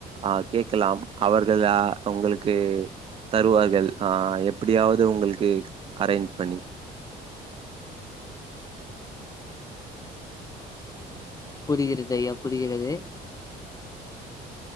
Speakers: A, on the right; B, on the left.
A: அ கேக்கலாம் அவர்கள் அ உங்களுக்கு தருவார்கள் ஆ எப்புடியாவுது உங்கள்க்கு அரேஞ்ச் பண்ணி
B: புரிகிறது ஐயா புரிகிறது